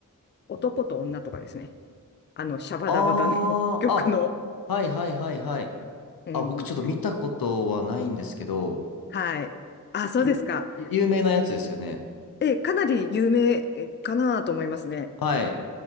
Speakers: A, on the left; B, on the left.
A: 男と女とかですね。あの、シャバダバダの
B: ああ、
A: <laughs> 曲の。
B: あ、はいはいはいはい。
A: うん。
B: あ、僕ちょっと見たことはないんですけど、
A: はい。あ、そうですか。
B: ゆ、有名なやつですよね。
A: え、かなり有名えかなと思いますね。
B: はい。